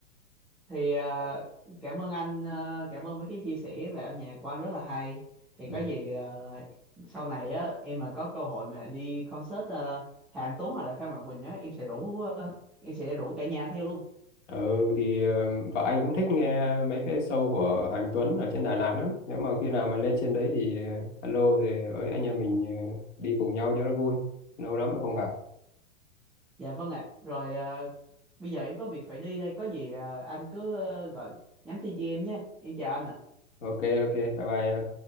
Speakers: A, in the centre; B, on the left.
A: thì ờ, cảm ơn anh ờ, cảm ơn mấy cái chia sẻ về âm nhạc của anh rất là hay thì
B: ừ.
A: có gì ờ, sau này á em mà có cơ hội mà đi concert ờ, Hà Anh Tuấn hoặc là Phan Mạnh Quỳnh á em sẽ rủ ờ, em sẽ rủ cả nhà anh theo luôn
B: Ừ thì ờ, vợ anh cũng thích nghe mấy cái show của Hoàng Tuấn ở trên Đà Lạt lắm. Nếu mà khi nào mà lên trên đấy thì ờ, alo rồi ờ, ới anh em mình ờ, đi cùng nhau cho nó vui. Lâu lắm rồi không gặp.
A: dạ vâng ạ rồi ờ, bây giờ em có việc phải đi đây có gì ờ, anh cứ ờ, gọi nhắn tin cho em nhé em chào anh ạ
B: Ok ok bye bye em.